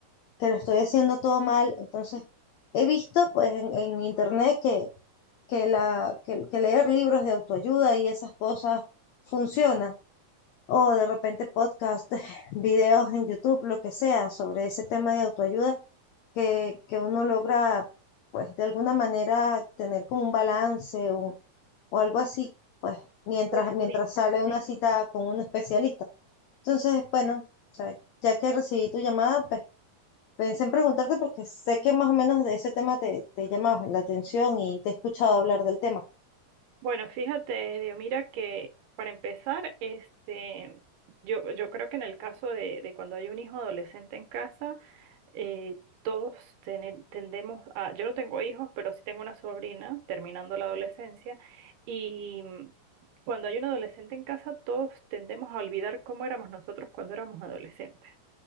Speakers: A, on the left; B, on the right.
A: que lo estoy haciendo todo mal. Entonces, he visto pues en, en internet que, que, la, que, que leer libros de autoayuda y esas cosas funcionan. O de repente podcast, <laughs> videos en YouTube, lo que sea, sobre ese tema de autoayuda, que, que uno logra, pues de alguna manera, tener como un balance o, o algo así, pues mientras,
B: Pues
A: mientras
B: sí.
A: sale una cita con un especialista. Entonces, bueno, o sea, ya que recibí tu llamada, pues Pensé en preguntarte porque sé que más o menos de ese tema te, te llama la atención y te he escuchado hablar del tema.
B: Bueno, fíjate, Dios, mira que para empezar, este, yo, yo creo que en el caso de, de cuando hay un hijo adolescente en casa, eh, todos tene- tendemos a, yo no tengo hijos, pero sí tengo una sobrina terminando la adolescencia, y mm, cuando hay un adolescente en casa, todos tendemos a olvidar cómo éramos nosotros cuando éramos adolescentes.